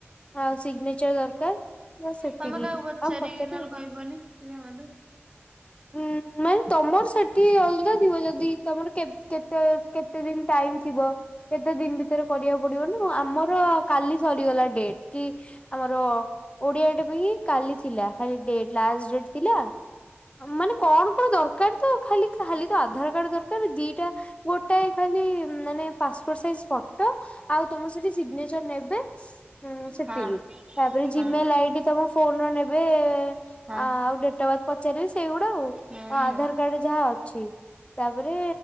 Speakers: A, on the left; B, on the right.
A: ଆଉ ସିଗ୍ନେଚର ଦରକାର ନା, ସେତିକି
B: ତମେ କାହାକୁ ପଚାରିକି
A: ଆଉ ପଚାରିବ।
B: ନହେଲେ କହିବନି ତୁମେ ମତେ।
A: ଉଁ ମାଇଁ ତମର ସେଠି ଅଲଗା ଥିବ, ଯଦି ତମର କେବ କେତେ କେବ୍ କେତେ ଦିନ ଟାଇମ୍ ଥିବ? କେତେ ଦିନ ଭିତରେ କରିବାକୁ ପଡ଼ିବ ନା ଆମର? <unintelligible> କାଲି ସରିଗଲା ଡେଟ୍ କି ଆମର? ଓଡି଼ଆଟା ପାଇଁ କାଲି ଥିଲା, ଖାଲି ଡେଟ୍, ଲାଷ୍ଟ୍ ଡେଟ୍ ଥିଲା। ମାନେ କଣ କଣ ଦରକାର୍? ତ ଖାଲି ଖାଲି ତ ଆଧାର କାର୍ଡ ଦରକାର ଦିଇଟା? ଗୋଟାଏ ଖାଲି, ମାନେ ପାସପୋର୍ଟ ସାଇଜ୍ ଫଟୋ ଆଉ ତମର ସେଠି ସିଗ୍ ନେଚର୍ ନେବେ ଉଁ ସେତିକି।
B: ହଁ
A: ତା ପରେ ଜିମେଲ୍
B: ହଉ
A: ଆଇଡି ତମ। ଫୋନ୍ ରେ ନେବେ
B: ହଁ
A: ଆଉ
B: ହଁ
A: ଡଟ୍ ଅଫ୍ ବାର୍ଥ ପଚାରିବି, ସେଇଗୁଡ଼ା ଆଉ
B: ହଁ
A: ଆଧାର
B: ହଁ।
A: କାର୍ଡ୍। ଯାହା ଅଛି ତାପରେ